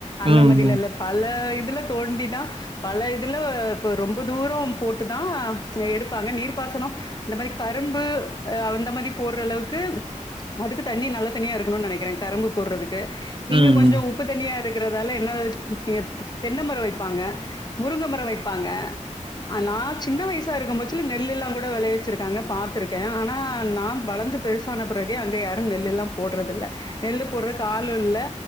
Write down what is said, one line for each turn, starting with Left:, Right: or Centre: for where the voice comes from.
Left: அந்த
Right: ம்,
Left: மாரிலா
Right: ம்,
Left: இல்ல பல இதுல தோண்டி தா பல இதுல இப்ப ரொம்ப தூரோ போட்டுதா எடு பாங்க நீர்பாசனோ இந்த மாரி கரும்பு அ அந்த மாரி போடுற அளவுக்கு அதுக்கு தண்ணி நல்ல தண்ணியா இருக்கணுனு நெனைக்கிறே கரும்பு போடுறதுக்கு இங்க
Right: ம்.
Left: கொஞ்சோ உ ப்பு தண்ணியா இருக்குறதால என்ன இங்க தெ தென்ன மர வைப்பாங்க முருங்கமர வைப்பாங்க் அ நா சின்ன வயசா இருக்கும்போ து நெல்லு எல்லா கூட வெளவிச்சுருக்காங்க பாத்துருக்கே ஆனா நா வளந்து பெருசான பிறகு அங்க யாரு நெல்லு எல்லா போடுறதுல்ல நெல்லு போடுறக்கு ஆளுல்ல